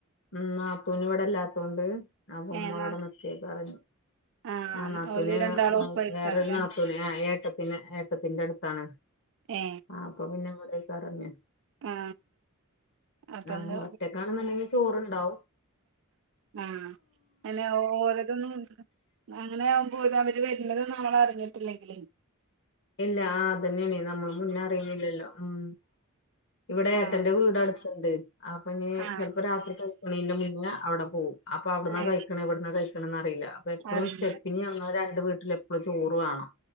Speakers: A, on the left; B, on the right.
A: ഉം നാത്തൂന് ഇവടെല്ലാത്തൊണ്ട് അപ്പൊ ഉമ്മ
B: ഏ ന്നാ
A: ഇവിടെ നിക്കിയേ പറഞ്ഞ്
B: ആ
A: ആഹ് നാത്തൂന്
B: ഓല് രണ്ടാളും
A: ആഹ്
B: ഒപ്പായിരിക്കാറല്ലേ
A: വേറൊരു നാത്തൂന് ആ ഏട്ടത്തിന് ഏട്ടത്തിന്റെടുത്താണ്
B: ഏ
A: അപ്പൊ പിന്നെ ഇവടെക്കരഞ്ഞ്
B: ആ അപ്പൊന്ന്
A: ങ്ങ ഒറ്റക്കാണ്ന്ന്ണ്ടെങ്കി ചോർണ്ടാവും
B: ആഹ് അല്ല ഓലതൊന്നും അങ്ങനെ ആകുമ്പോ ഓര് അവര് വരുന്നത് നമ്മൾ അറിഞ്ഞിട്ടില്ലെങ്കിൽ
A: എല്ലാ അതെന്നെണേ നമ്മൾ മുന്നെ റില്ലല്ലോ ഉം ഇവിടെ ഏട്ടന്റെ
B: ആ
A: വീട് അട്ത്ത്ണ്ട് അപ്പഞ്ഞ്
B: ആ
A: ചെൽപ്പോ രാത്രി കഴിക്കണന്റെ മുന്നേ അവ്ടെ പോവും അപ്പൊ അവിട്ന്ന്
B: ഏ
A: കഴിക്കണെ ഇവിടുന്ന കഴി ക്കണംന്നറീല്ല അപ്പൊ എപ്പളും
B: അറിയില്ല
A: സ്റ്റെപ്പിനി അങ്ങളെ രണ്ട് വീട്ടിലും എപ്പളും ചോറ് വേണം